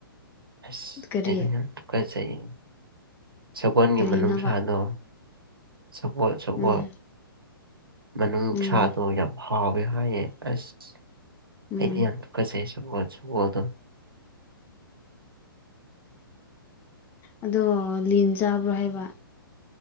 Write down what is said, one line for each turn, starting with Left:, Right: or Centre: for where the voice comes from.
Right: ꯑꯁ
Left: ꯀꯔꯤ
Right: ꯑꯩꯗꯤ ꯌꯥꯝ ꯇꯨꯒꯨꯠꯆꯩꯌꯦ ꯁꯒꯣꯟꯒꯤ
Left: ꯀꯔꯤꯅꯣꯕ
Right: ꯃꯅꯨꯡꯁꯥꯗꯣ꯫ ꯁꯒꯣꯜ ꯁꯒꯣꯜ
Left: ꯎꯝ
Right: ꯃꯅꯨꯡꯁꯗꯣ
Left: ꯎꯝ
Right: ꯌꯥꯝ ꯍꯥꯎꯏ ꯍꯥꯏꯌꯦ ꯑꯁ
Left: ꯎꯝ
Right: ꯑꯩꯗꯤ ꯌꯥꯝ ꯊꯨꯀꯠꯆꯩ ꯁꯒꯣꯜ ꯁꯒꯣꯜ ꯑꯗꯣ
Left: ꯑꯗꯣ ꯂꯤꯟ ꯆꯥꯕ꯭ꯔꯣ ꯍꯥꯏꯕ